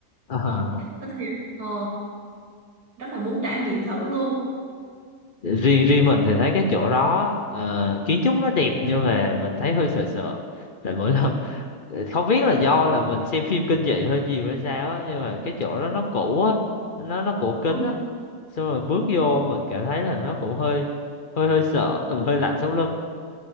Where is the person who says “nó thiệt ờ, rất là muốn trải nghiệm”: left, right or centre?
Right